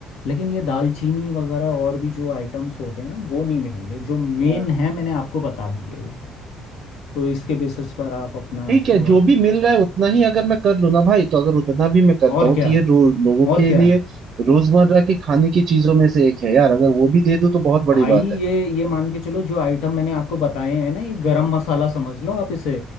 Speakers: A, on the left; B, on the right.
A: लेकिन ये दालचीनी वगैरह और भी जो आइटम्स होते हैं ना वो नहीं मिलेंगे जो मेन
B: हाँ
A: है मैंने आपको बता दिए वो तो इसके बेसिस पर आप अपना
B: ठीक
A: शुरुआत
B: है जो भी मिल रहा है उतना ही अगर मैं कर लूँ ना भाई तो अगर उतना भी मैं करता
A: और
B: हूँ
A: क्या
B: तो ये रो, लोगों
A: और
B: के
A: क्या
B: लिए रोजमर्रा के खाने की चीजों में से एक है यार अगर वो भी दे दूँ तो बहुत
A: भाई
B: बड़ी बात
A: ये
B: है
A: ये मान के चलो जो आइटम मैंने आपको बताए हैं ना ये गरम मसाला समझ लो आप इसे